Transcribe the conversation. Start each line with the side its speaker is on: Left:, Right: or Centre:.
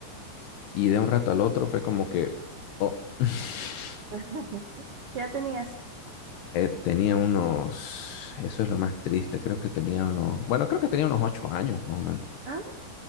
Left: y de un rato al otro fue como que, oh, <laughs>
Right: <laughs> ¿Qué edad tenías?
Left: eh, tenía unos, eso es lo más triste, creo que tenía unos, bueno, creo que tenía unos ocho años, más o menos.
Right: Ah,